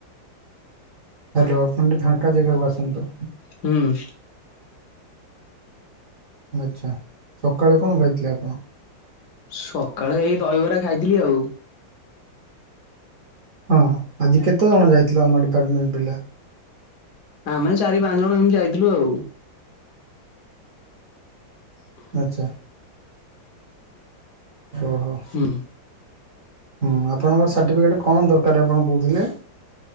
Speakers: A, on the right; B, on the left.
A: ହାଲୋ ଆପଣ ଟିକେ ଫାଙ୍କା ଜେଗାକୁ ଆସନ୍ତୁ।
B: ହୁଁ।
A: ଆଚ୍ଛା ସକାଳେ କଣ ଖାଇଥିଲେ ଆପଣ?
B: ସକାଳେ ଏଇ ଦହିବରା ଖାଇଥିଲି ଆଉ।
A: ହଁ ଆଜି କେତେଜଣ ଯାଇଥିଲ ଆମ ଡିପାର୍ଟମେଣ୍ଟ ପିଲା?
B: ଆମେ ଚାରି ପାଞ୍ଚ ଜଣ ଏମିତି ଯାଇଥିଲୁ ଆଉ। <unintelligible>
A: ଆଚ୍ଛା। ଓହୋ।
B: ହୁଁ।
A: ହୁଁ ଆପଣଙ୍କ ସାର୍ଟିଫିକେଟ୍ କଣ ଦରକାର୍ ଆପଣ କହୁଥିଲେ?